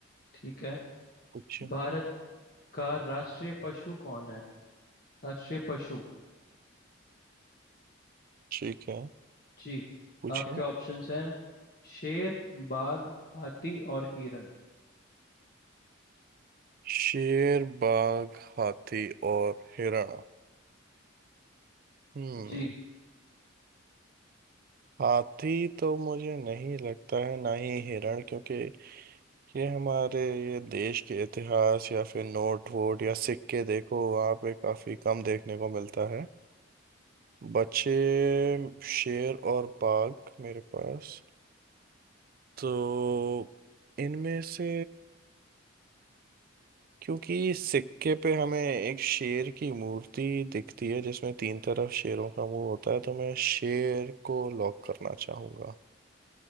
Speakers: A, on the left; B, on the right.
A: ठीक है
B: कुछ
A: भारत का राष्ट्रीय पशु कौन है राष्ट्रीय पशु
B: ठीक है
A: जी
B: पूछिए
A: आपके ऑप्शंस हैं शेर बाघ हाथी और हिरण
B: शेर बाघ हाथी और हिरण हम्म
A: जी
B: हाथी तो मुझे नहीं लगता है ना ही हिरण क्योंकि ये हमारे ये देश के इतिहास या फिर नोट वोट या सिक्के देखो वहाँ पे काफी कम देखने को मिलता है बचे शेर और बाघ मेरे पास तो इनमें से क्योंकि सिक्के पे हमें एक शेर की मूर्ति दिखती है जिसमें तीन तरफ शेरों का मुंह होता है तो मैं शेर को लॉक करना चाहूंगा